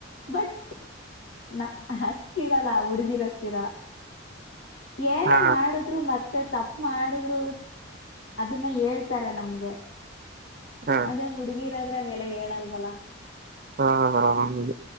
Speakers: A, on the left (about 80°); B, on the right (about 45°).
A: ಬಟ್ ನ ಅಷ್ಟಿರಲ್ಲ ಹುಡುಗಿರಷ್ಟಿರಲ್ಲ ಏನೇ
B: ಹಾ
A: ಮಾಡುದ್ರು ಮತ್ತೆ ಮತ್ತೆ ತಪ್ಪು ಮಾಡಿದ್ರು ಅದನ್ನ ಹೇಳ್ತಾರೆ ನಮ್ಗೆ
B: ಹಾ
A: ಅದೇ ಹುಡ್ಗಿರಾದ್ರೆ ಹಂಗೆಲ್ಲ ಹೇಳಲ್ವಲ
B: ಹಾ ಹಾ ಹೌದೂ